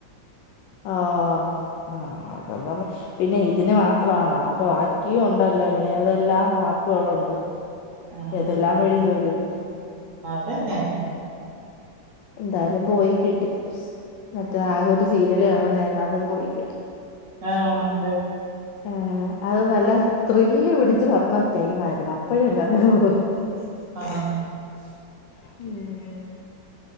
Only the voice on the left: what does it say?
ആഹ് ആഹ് ആ അതെന്ന്പറ പിന്നെ ഇതിന് മാത്രാണോ അപ്പൊ ബാക്കിയും ഒണ്ടല്ലോ ഏതെല്ലാം മാപ്പുകളൊണ്ട്
എതെല്ലാം വഴി ചോരും
എന്തായാലും പോയി കിട്ടി മറ്റേ ആകെ ഒരു സീ കാണുന്ന ഏതാണ്ടും പോയി-
ഏ അത് നല്ല ത്രില്- പിടിച്ച് വന്ന ടൈം ആയിരുന്നു <unintelligible>
<unintelligible> ഉം